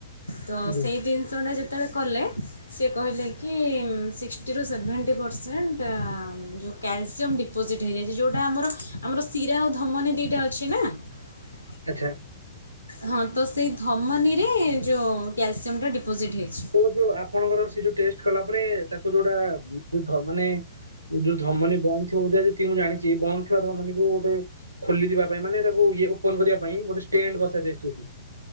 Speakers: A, on the left; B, on the right.
A: ତ
B: ଆଜ୍ଞା
A: ସେଇ ଜିନିଷ ଟା ଯେତେବେଳେ କଲେ। ସେ କହିଲେ କି ସିକ୍ସଟିରୁ ସେଭେଣ୍ଟି ପରସେଣ୍ଟ। ଯୋଉ କ୍ୟାଲସିୟମ୍ ଡିପୋଜିଟ୍ ହେଇଯାଇଛି ଯୋଉଟା ଆମର ଆମର ଶିରା ଆଉ ଧମନୀ ଦିଟା ଅଛି ନା। <unintelligible>
B: ଆଚ୍ଛା।
A: ହଁ ତ ସେଇ ଧମନୀରେ ଯୋଉ କ୍ୟାଲସିୟମଟା ଡିପୋଜିଟ୍ ହେଇଛି।
B: ଓ ହୋ ଆପଣଙ୍କର ସେ ଯୋଉ ଟେଷ୍ଟ କଲା ପରେ ତାକୁ ଯୋଉଟା ଧମନୀ। ଯୋଉ ଧମନୀ ବନ୍ଦ ଥିବ ବୋଧେ ଯେତିକି ମୁଁ ଜାଣିଛି ବନ୍ଦ ଥିବା ଧମନୀକୁ ଗୋଟେ। ଖୋଲିିଯିବା ପାଇଁ ମାନେ ତାକୁ ଇଏ ଓପନ କରିବା ପାଇଁ ଗୋଟେ ଷ୍ଟେଣ୍ଡ ବସାଯାଏ ସେଠି।